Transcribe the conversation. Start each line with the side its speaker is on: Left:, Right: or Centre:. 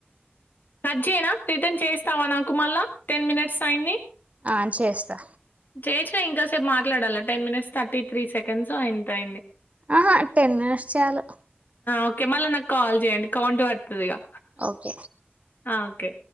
Left: కట్ చేయనా రిటర్న్ చేస్తావా నాకు మళ్ళా టెన్ మినిట్స్ అయ్యింది
Right: ఆ చేస్తా
Left: చేయొచ్చుగా ఇం కాసేపు మాట్లాడాలా ten minutes thirty three seconds ఎంతో అయింది
Right: ఆహా టెన్ మినిట్స్ చాలు
Left: ఓకే మళ్ళ నాకు కాల్ చేయండి కౌంట్ పడుతుందిగా
Right: ఓకే
Left: ఆ ఓకే